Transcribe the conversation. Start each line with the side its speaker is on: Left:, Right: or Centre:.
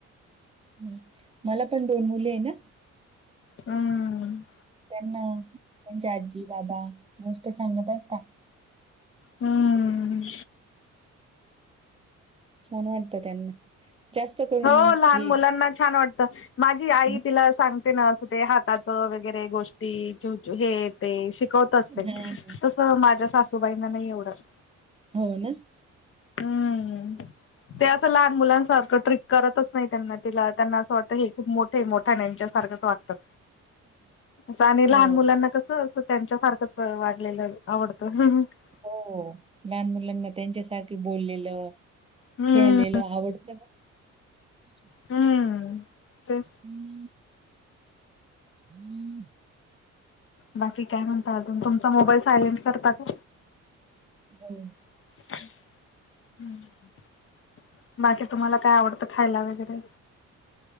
Right: ह मला पण दोन मुले आहे ना.
Left: हम्म,
Right: त्यांना त्यांची आजी, बाबा गोष्ट सांगत असतात.
Left: हम्म,
Right: छान वाटत त्यांना. जास्त करून
Left: हो, लहान
Right: हे
Left: मुलांना छान वाटत. माझी आई
Right: हं.
Left: तिला सांगते ना, असं ते हाताचं वगैरे गोष्टी हे ते शिकवत असते,
Right: हां, हां.
Left: तसं माझ्या सासूबाईंना नाही एवढं
Right: हो ना. <unintelligible>
Left: हम्म. ते असं लहान मुलांसारखं ट्रिक करतच नाही, त्यांना तिला त्यांना असं वाटतं हे खूप मोठे मोठ्या हेच्या सारखच वागतात, असं आणि
Right: हो.
Left: लहान मुलांना कसं त्यांच्यासारखंच वाडलेलं आवडतं. <unintelligible>
Right: हो, लहान मुलांना, त्यांच्यासारखे बोललेलं
Left: हम्म
Right: खेळलेलं आवडतं न. <unintelligible>
Left: हम्म तेच.
Right: <unintelligible>
Left: बाकी काय म्हणता अजून? तुमचा मोबाईल सायलेंट करता का?
Right: हो.
Left: <unintelligible> तुम्हाला काय आवडतं? खायला वगैरे.